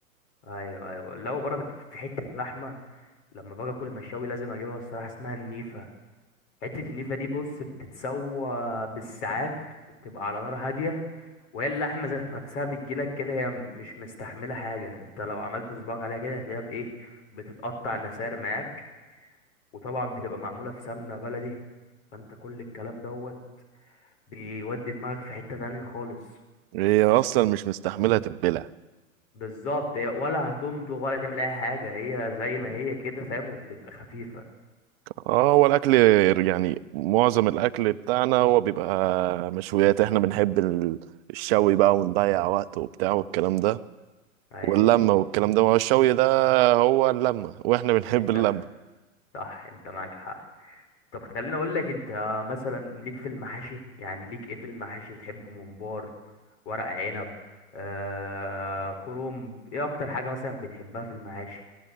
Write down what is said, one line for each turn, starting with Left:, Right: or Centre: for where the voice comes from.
Left: ايوه ايوه لو برضك في حته لحمه لما باجي اكل مشاوي لازم اجيبها الصراحه اسمها النيفه حته النيفه دي بص بتتسوى بالساعات وبتبقى على نار هاديه وهي اللحمة ذات نفسها بتجيلك كده هي م- مش مستحملة حاجة انت لو عملت صباعك عليها كده هتلاقيها بايه بتتقطع نسار معاك وطبعا بتبقى معمولة في سمنة بلدي فانت كل الكلام دوت بيودي دماغك في حتة تانية خالص
Right: هي اصلا مش مستحمله تتبلع
Left: بالظبط هي ولا هتمضغ ولا تعمل اي حاجة هي زي ما هي كده فاهم وبتبقى خفيفة
Right: اه هو الاكل يعني معظم الاكل بتاعنا هو بيبقى مشويات احنا بنحب ال- الشوي بقى ونضيع وقت وبتاع والكلام ده
Left: ايوه
Right: واللمه والكلام ده ما هو الشوي ده هو اللمه واحنا بنحب
Left: اللمة
Right: اللمه
Left: صح انت معاك حق طب خليني اقول لك انت مثلا ليك في المحاشي يعني ليك ايه في المحاشي بتحب ممبار ورق عنب آه كرنب ايه اكتر حاجة مثلا بتحبها في المحاشي